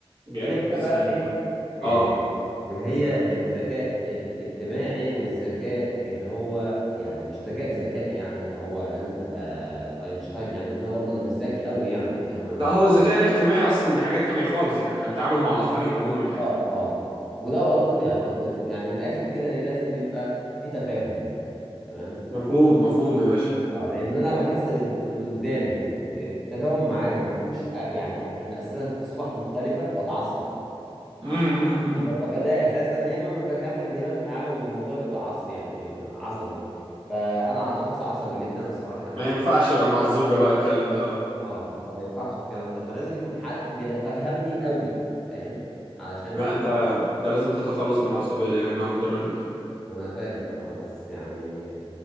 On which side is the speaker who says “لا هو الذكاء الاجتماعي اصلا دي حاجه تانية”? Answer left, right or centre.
Right